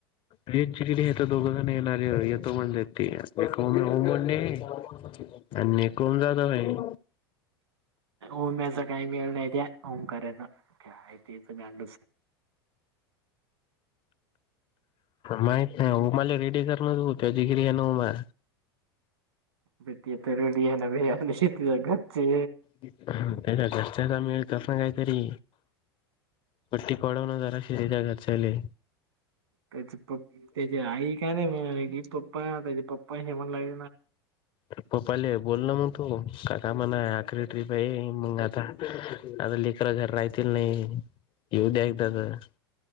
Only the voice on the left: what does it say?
हे ज कडे हे तर दोघं जण येणारे येतो म्हणज हे कोम हो म्हटणे आणि कोम जात भाई
माहीित नाही उमाले रेडी करणार त त जगरी आहे उमा
त्या घरच्याचा मिळतस ना काहीतरी पट्टी पडवण जरा शिच्या घरच्याले
अ पपाले बोलल म त काका म्हणा आखरी ट्रीिप आहे मंग आता आता लीकरड घर राहतील नाही येऊ द्यागतात